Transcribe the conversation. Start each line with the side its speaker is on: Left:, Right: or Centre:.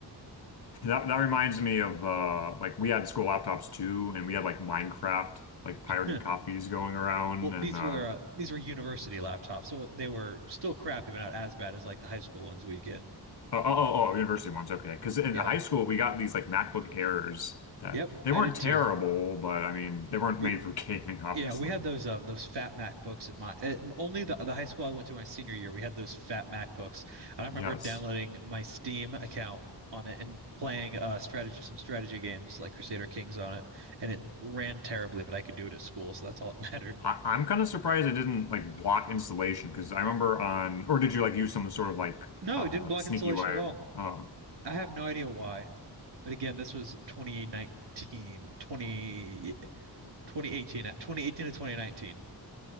Left: That that reminds me of uh like we had school laptops too and we had like Minecraft like pirated
Right: Huh.
Left: copies going around
Right: Well,
Left: and
Right: these
Left: uh
Right: were uh, these were university laptops, so they were still crappy, but not as bad as like the high school ones we'd get.
Left: Oh, oh, oh, oh, university ones. Okay. Because in
Right: Yeah.
Left: high school, we got these like MacBook Airs that
Right: Yep.
Left: they
Right: I
Left: weren't
Right: did
Left: terrible,
Right: too.
Left: but I mean, they weren't
Right: We
Left: made for <laughs> gaming, obviously.
Right: Yeah, we had those uh those fat MacBooks at my uh, only the the high school I went to my senior year. We had those fat MacBooks, and I remember
Left: Yes.
Right: downloading my Steam account on it and playing uh strategy some strategy games like Crusader Kings on it, and it ran terribly, but I could do it at school, so that's all it <laughs> mattered.
Left: I, I'm kind of surprised it didn't like block installation because I remember on, or did you like use some sort of like
Right: No,
Left: uh
Right: it didn't block
Left: sneaky
Right: installation
Left: way?
Right: at all.
Left: Oh,
Right: I have no idea why, but again, this was twenty nineteen 20 twenty eighteen 2018 to 2019.